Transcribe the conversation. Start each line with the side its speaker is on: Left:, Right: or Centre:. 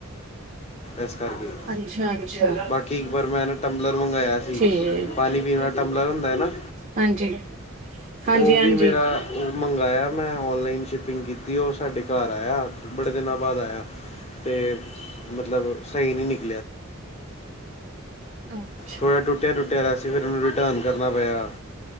Left: ਇਸ ਕਰਕੇ,
Right: ਅੱਛਾ ਅੱਛਾ
Left: ਬਾਕੀ ਇੱਕ ਵਾਰ ਮੈਂ ਨਾਂ ਟੰਬਲਰ ਮੰਗਾਇਆ ਸੀ,
Right: ਠੀਕ
Left: ਪਾਨੀ ਪੀਨ ਵਾ ਟਮਬਲਰ ਹੁੰਦਾ ਐ ਨਾਂ,
Right: ਹਾਂਜੀ ਹਾਂਜੀ
Left: ਔ ਵੀ
Right: ਹਾਂਜੀ
Left: ਮੇਰਾ ਓਹ ਮੰਗਾਂਇਆ ਮੈਂ ਔਨਲਾਈਨ ਸ਼ਿਪਿੰਗ ਕੀਤੀ ਔ ਸਾਡੇ ਕਾਰ ਆਇਆ, ਬੜੇ ਦਿਨਾਂ ਬਾਦ ਆਇਆ। ਤੇ ਮਤਲਬ, ਸਹੀ ਨੀਂ ਨਿਕ
Right: ਆ <unintelligible>
Left: ਥੋੜ੍ਹਾ ਟੁੱਟਿਆ-ਟੁੱਟਿਆ ਦਾ ਸੀ, ਫ਼ੇਰ ਉਹਨੂੰ ਰਿਟਰਨ ਕਰਨਾ ਪਿਆ।